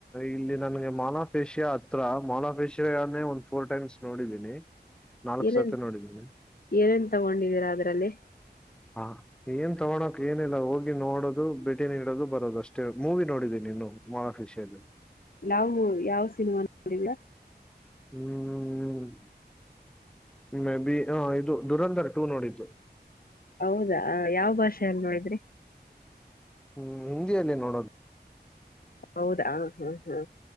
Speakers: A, in the centre; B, on the left.
A: ಇಲ್ಲಿ ನನ್ಗೆ ಮಾನ್ ಆಫ್ ಏಷ್ಯಾ ಹತ್ರ ಮಾನ್ ಆಫ್ ಏಷಿಯಾನೇ ಒಂದ್ ಫೋರ್ ಟೈಮ್ಸ್ ನೋಡಿದ್ದೀನಿ ನಾಲ್ಕ್
B: ಏನನ್
A: ಸತಿ ನೋಡಿದ್ದೀನಿ
B: ಏನೇನ್ ತಗೊಂಡಿದ್ದೀರಾ ಅದ್ರಲ್ಲಿ
A: ಹಾ ಏನ್ ತಗೋಳೋಕ್ ಏನಿಲ್ಲ ಹೋಗಿ ನೋಡೋದು ಭೇಟಿ ನೀಡೋದು ಬರೋದು ಅಷ್ಟೇ ಮೂವಿ ನೋಡಿದೀನಿ ನೀನು ಮಹಫಿಷಯದಲ್ಲಿ
B: ಯಾವವು ಯಾವ ಸಿನಿಮಾ ನೋಿಂದ
A: ಹ್ಮ್್ಮ್ ಹ್ಮ್ ಮೇ ಬಿ ಹ ಇದು ದುರಂಧರ್ ಟೂ ನೋಡಿದ್ದು
B: ಹೌದಾ ಯಾವ ಭಾಷೆಯಲ್ಲಿ ನೋಡಿದ್ರಿ
A: ಹ್ಮ್ ಹಿಂದಿಯಲ್ಲಿ ನೋಡೋದು
B: ಹೌದಾ ಹಾ ಹಾ